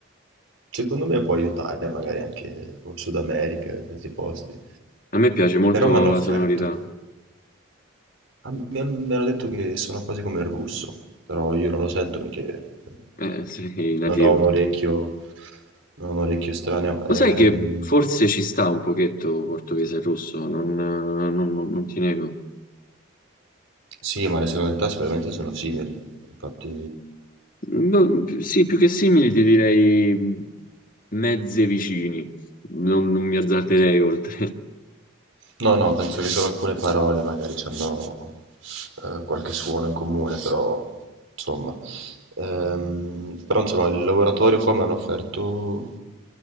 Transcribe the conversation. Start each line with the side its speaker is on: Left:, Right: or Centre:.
Right: secondo me può aiutare magari anche boh, Sud America, questi posti.
Left: A me piace molto
Right: Però mi hanno
Left: la
Right: offerto.
Left: sonorità,
Right: Ah, Mi han- mi hanno detto che sono quasi come il russo, però io non lo sento perché eh,
Left: eh, <laughs> sei nativo.
Right: non ho un orecchio, non ho un orecchio estraneo. Ehm,
Left: Lo sai che forse ci sta un pochetto portoghese e russo, non, non- non- non ti nego.
Right: sì, ma le sonorità sicuramente sono simili, infatti
Left: Ma, sì, più che simili ti direi mezze vicini, non, non mi azzarderei oltre.
Right: No, no, penso che solo alcune parole magari ci hanno eh, qualche suono in comune, però insomma. Ehm, però insomma, il laboratorio qua mi hanno offerto,